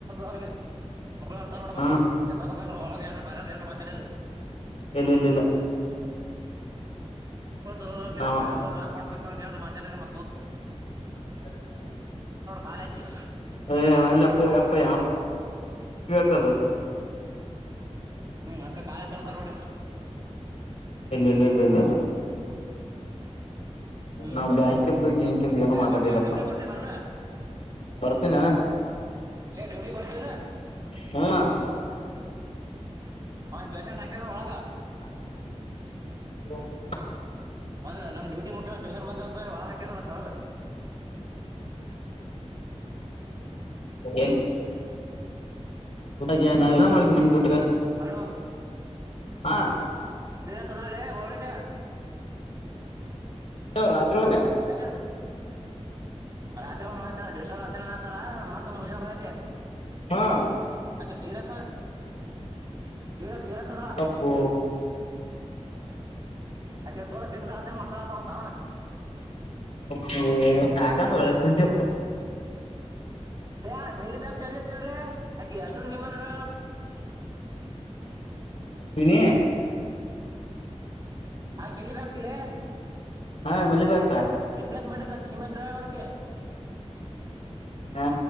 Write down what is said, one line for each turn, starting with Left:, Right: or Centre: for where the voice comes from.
Right: ಅವ್ರಿಗೆ ಅಡತ್ರೆ ನೋಡು ಬಂತ
Left: ಹಾ
Right: ಬರೆದು ಹೋಗಿದೇನು ತಾರೆಡು
Left: ಎಲ್ಲ ಇಲ್ಲ ಇಲ್ಲ
Right: ಹ ಒಂದು
Left: ನಾವ
Right: ಯಾವದ್ರಯುವೆ ಅಕೌಂಟ್ ಏನಾದ್ರು ಮಾತಾಡಿಯ
Left: <unintelligible>
Right: ಕಾಲಕ್ಕೆ
Left: ಹೇ ವಲಪ್ಪೋ ಯಪ್ಪೋ ಕಾದು
Right: ಹ್ಮ್ ಅದ್ಕ ಕಾಲ್ ಎತ್ತಿ ಆಡ್ತಾರ ನೋಡಿ
Left: ಇಲ್ಲ ಇಲ್ಲ ಇಲ್ಲ ಇಲ್ಲ ಇಲ್ಲ
Right: ಹ್ಮ್
Left: ನಾವ ಬ್ಯಾಂಕಂದು ಗಿಂಕಿಂದ ಏನ
Right: ಏ
Left: ಮಾತಾಡಿಲ್ಲಪ್ಪ
Right: ಒಟ್ ನೀವ್ ಡ್ಯೂಟಿ ಬರ್ತಿ ಬರ್ಲ
Left: ಬರ್ತೀನ
Right: ಏ ಡ್ಯೂಟಿ ಬರ್ತಿಲ್ಲ
Left: ಹಾ
Right: ಒಂದ್ ಪೇಶಂಟ್ ಹಾಕನಾ ಒಳಗ
Left: <unintelligible>
Right: ಒಂದ ನಮ್ ಡ್ಯೂಟಿ ಮುಖ್ಯ ಸ್ಪೆಷಲ್ ಬಂದಂತ ಒಳ್ಳಗೆ ಹಾಕಿನಾ ನೋಡು ತಗೆದು
Left: ಏನ್
Right: ಹ
Left: ಊಟ ಮಾಡತನಿ ನಿಮ್ದ ಊಟ
Right: ಹಲೋ
Left: ಹಾ
Right: ಸದ ಬ
Left: ಯ ರಾತ್ರಿ ಹೊದ
Right: ಪೇಷಂಟ್ ರಾತ್ರಿ ಮ ಡ್ರಸಲ್ಲನೆತರ ಮತ್ತ ಮುಜೆಬಯಐತೆ
Left: ಹಾ
Right: ಅೆ ಶೀರಸ ಶರಸ್ ತೇರ ಸದ
Left: ಯಪ್ಪೋ
Right: ಅೆ ತ ದೇಕದ ಹತ ಹ ತ ಪಸಾವಣ
Left: ಫು ಕಾಕಾ ಒಳ್ಳೆ ಶುದಜ
Right: ಯ ಮೇ ಚ ಆಕ ಅಷ್ಟು ನಿಮತ್ರ
Left: ಶನ
Right: ಆ ಮಲ ಬಾಗಲೆ
Left: ಹಾ ಮಲ ಬ
Right: ರಿಪ್ಲೇಸ್ ಮಾಡಿದ ತಿಿಮಷರ ಒಡಕ್ಕೆ
Left: ಹ